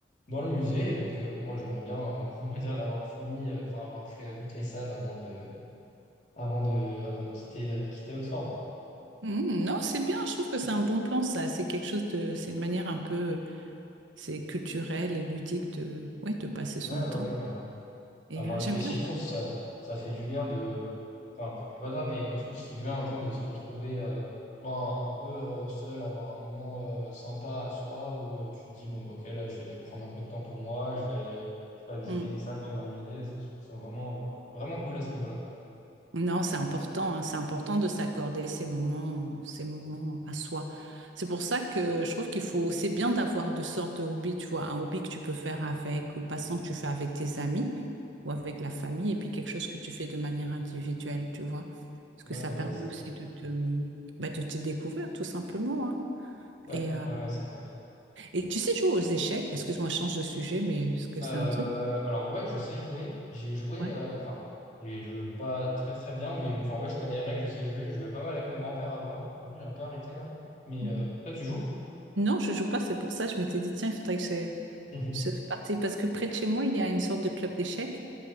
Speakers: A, on the left; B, on the right.
A: dans le musée. Et donc, euh, moi, j'aimerais bien, on <laughs> on va dire, l'avoir fini, euh, enfin, avoir fait toutes les salles avant de, avant de, avant de quitter, euh, quitter Oxford.
B: Mm, non, c'est bien, je trouve que c'est un bon plan, ça. C'est quelque chose de. C'est une manière un peu. C'est culturel et ludique de, ouais, de passer son
A: Ouais, ouais,
B: temps.
A: ouais, carrément.
B: Et
A: Vraiment.
B: euh,
A: Et
B: j'aime
A: puis aussi,
B: bien
A: je
B: faire.
A: trouve ça, ça fait du bien de, enfin, je sais pas toi, mais je trouve que ça fait du bien un peu de se retrouver, euh, tu vois, un, un peu euh, seul, avoir un moment euh, sympa à soi où euh, tu te dis, bon, bah, ok, là, je vais prendre un peu de temps pour moi, je vais aller, je sais pas, visiter
B: Mm.
A: une salle dans un musée. Ça, je trouve ça vraiment, vraiment cool à ce niveau-là.
B: Non, c'est important, hein, c'est important de s'accorder ces moments, euh, ces moments à soi. C'est pour ça que je trouve qu'il faut, c'est bien d'avoir deux sortes de hobbies, tu vois, un hobby que tu peux faire avec ou passant que tu fais avec tes amis ou avec la famille, et puis quelque chose que tu fais de manière individuelle, tu vois. Parce
A: Ouais,
B: que ça
A: ouais,
B: permet
A: ouais, c'est
B: aussi
A: clair.
B: de te, bah, de te découvrir, tout simplement. hein.
A: Ouais,
B: Et, euh,
A: ouais, ouais, c'est clair.
B: et tu sais jouer aux échecs, excuse-moi, je change de sujet, mais est-ce que
A: Euh,
B: c'est un truc?
A: alors ouais, je sais jouer. J'ai joué,
B: Ouais.
A: euh, enfin, j'ai- je joue pas très très bien, mais enfin ouais, je connais les règles, je sais jouer. Je jouais pas mal avec mon grand-père avant. J'avoue, j'ai un peu arrêté là. Mais
B: Mhm.
A: euh, toi, tu joues?
B: Non, je joue pas, c'est pour ça je m'étais dit, tiens, il faudrait que je,
A: <laughs>
B: je participe. Parce que près de chez moi, il y a une sorte de club d'échecs